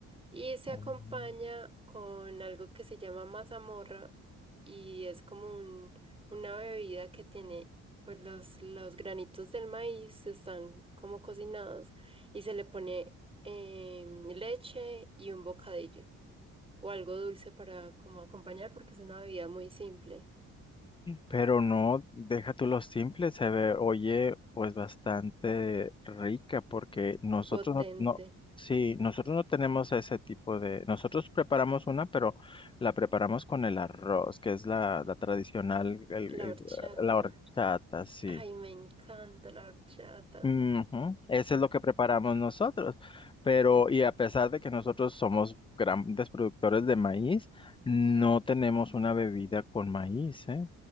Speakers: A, on the right (about 20°); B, on the left (about 15°).
A: Y se acompaña
B: Mm.
A: con algo que se llama mazamorra y es como un- una bebida que tiene, pues los, los granitos del maíz están como cocinados y se le pone em, leche y un bocadillo o algo dulce para como acompañar porque es una bebida muy simple,
B: Pero no, deja tú lo simple, se ve, oye, pues bastante rica, porque nosotros
A: potente.
B: no, no, sí, nosotros no tenemos ese tipo de, nosotros preparamos una, pero la preparamos con el arroz, que es la, la tradicional, el-
A: La
B: el-
A: horchata.
B: la horchata, sí.
A: Ay, me encanta la horchata.
B: Ujú, Eso es lo que preparamos nosotros, pero y a pesar de que nosotros somos grandes productores de maíz, no tenemos una bebida con maíz, ¿eh?